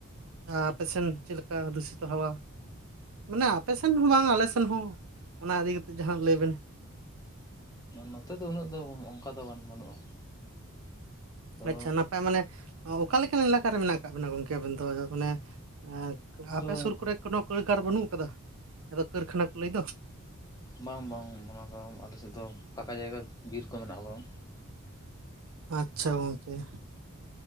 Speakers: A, on the right; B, on the left.
A: ᱟᱯᱮᱥᱮᱱ ᱪᱮᱜ ᱞᱮᱠᱟ ᱫᱩᱥᱤᱛᱚ ᱦᱟᱣᱟ ᱢᱟᱱᱮ ᱟᱯᱮ ᱥᱮᱱ ᱦᱚᱸ ᱵᱟᱝ ᱟᱞᱮ ᱥᱮᱱ ᱦᱚᱸ ᱚᱱᱟ ᱤᱫᱤ ᱠᱟᱛᱮᱜ ᱡᱟᱦᱟᱸ ᱱᱟᱜ ᱞᱟᱹᱭ ᱵᱮᱱ᱾
B: ᱱᱚᱛᱮ ᱫᱚ ᱩᱱᱟᱹᱜ ᱫᱚ ᱵᱟᱱᱩ ᱚᱱᱠᱟ ᱫᱚ ᱵᱟᱝ ᱵᱟᱹᱱᱩᱜᱼᱟ᱾ ᱛᱚ
A: ᱟᱪᱪᱷᱟ ᱱᱟᱯᱟᱭ ᱢᱟᱱᱮ ᱚᱠᱟ ᱞᱮᱠᱟᱱ ᱮᱞᱟᱠᱟ ᱨᱮ ᱢᱮᱱᱟᱜ ᱠᱟᱜ ᱵᱮᱱᱟ ᱜᱚᱝᱠᱮ ᱟᱵᱤᱱ ᱫᱚ ᱢᱟᱱᱮ ᱦᱮᱸ ᱟᱯᱮ
B: ᱫᱚ
A: ᱥᱩᱨ ᱠᱚᱨᱮ ᱠᱳᱱᱳ ᱠᱟᱹᱭᱠᱟᱨ ᱵᱟᱹᱱᱩᱜ ᱟᱠᱟᱫᱟ ᱟᱫᱚ ᱠᱟᱹᱨᱠᱷᱟᱱᱟ ᱠᱚ ᱞᱟᱹᱭ ᱫᱚ᱾
B: ᱵᱟᱝ ᱵᱟᱝ ᱚᱱᱟ ᱫᱚ ᱟᱞᱮᱥᱮᱜ ᱫᱚ ᱯᱷᱟᱠᱟ ᱡᱟᱭᱜᱟ ᱵᱤᱨ ᱠᱚ ᱢᱮᱱᱟᱜ ᱟ ᱵᱚᱨᱚᱝ᱾
A: ᱟᱪᱪᱷᱟ ᱜᱚᱝᱠᱮ ᱦᱮᱸ